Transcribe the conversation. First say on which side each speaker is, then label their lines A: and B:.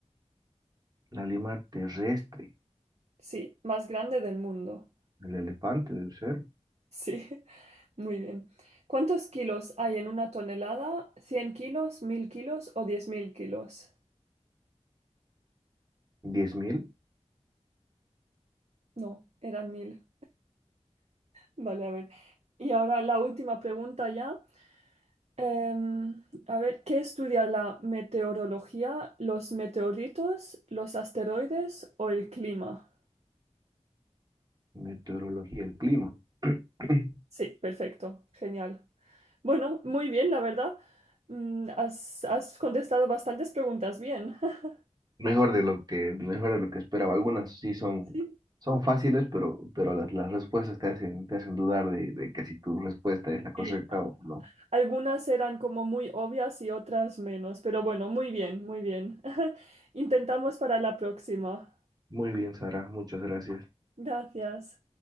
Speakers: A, on the right (about 35°); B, on the right (about 65°).
A: La lima terrestre,
B: Sí, más grande del mundo.
A: el elefante debe ser.
B: Sí, <laughs> muy bien. ¿Cuántos kilos hay en una tonelada? Cien kilos, 1000 kilos o 10.000 kilos?
A: diez mil
B: No, eran 1000. Vale, a ver. Y ahora la última pregunta ya. Em, a ver, ¿qué estudia la meteorología, los meteoritos, los asteroides o el clima?
A: Meteorología, el clima. <clears throat>
B: Sí, perfecto, genial. Bueno, muy bien, la verdad. Mm, has, has contestado bastantes preguntas bien. <laughs>
A: Mejor de lo que, mejor de lo que esperaba. Algunas sí son,
B: Sí,
A: son fáciles, pero, pero las, las respuestas te hacen, te hacen dudar de, de que si tu respuesta es la correcta
B: sí.
A: o no.
B: Algunas eran como muy obvias y otras menos, pero bueno, muy bien, muy bien. <laughs> Intentamos para la próxima.
A: Muy bien, Sara, muchas gracias.
B: Gracias.